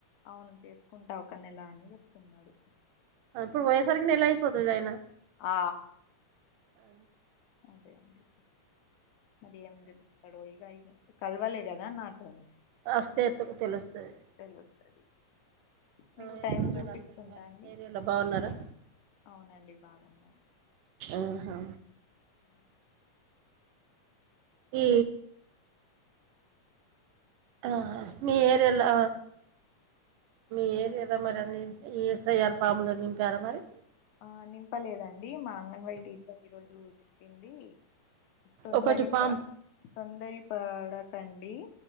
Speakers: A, on the left (about 75°); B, on the right (about 90°).
A: అవును చేసుకుంటా ఒక నెల అని చెప్తున్నడు.
B: ఇప్పుడు పోయేసరికి నెల అయిపోతది ఆయినా.
A: ఆ
B: ఆ
A: అదే అండి మరి ఏం చెప్తడో ఇగ కలవలే కదా నాతోని
B: అస్తే ఎత్తుకు తెలుస్తది
A: తెలుస్తది మీకు
B: ఆ ఎట్లున్నారు
A: టైం చూపిస్తుందా
B: అందరు మరి
A: అండి?
B: ఏరియాలో బాగున్నారా
A: అవునండి బాగున్నా.
B: ఆహా
A: అ
B: ఈ ఆ మీ ఏరలా మీ
A: ఏమైనా
B: ఏరియాలో మరెన్ని ఈ ఎస్ ఐ ఆర్ ఫామ్ లు నింపారా మరి?
A: ఆ నింపలేదండి, మా అంగన్వాడి టీచర్ ఈరోజు చెప్పింది తొందరి
B: ఒకటి ఫామ్
A: పా తొందరి పాడకండి